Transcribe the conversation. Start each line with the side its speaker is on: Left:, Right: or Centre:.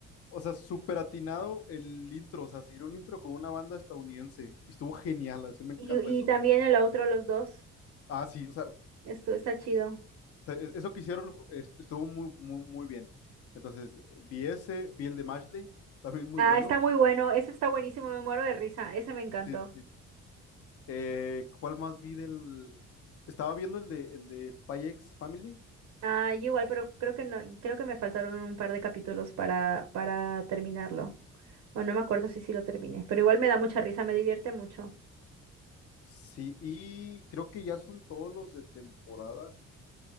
Left: o sea, súper atinado el intro, o sea, se hicieron un intro con una banda estadounidense. Y estuvo genial, así me encantó
Right: Y, y
Left: eso.
Right: también el otro, los dos.
Left: Ah, sí, o sea, o
Right: Esto está chido.
Left: sea, e- eso que hicieron est- estuvo muy, muy, muy bien. Entonces, vi ese, vi el de Mashley, también muy
Right: Ah,
Left: bueno.
Right: está muy bueno. Ese está buenísimo. Me muero de risa. Ese me encantó.
Left: Sí, sí. sí. Eh, ¿cuál más vi del...? Estaba viendo el de, el de Spy X Family.
Right: Ah, yo igual, pero creo que no. y Creo que me faltaron un par de capítulos para, para terminarlo. O no me acuerdo si sí lo terminé. Pero igual me da mucha risa. Me divierte mucho.
Left: Sí, y creo que ya son todos los de temporada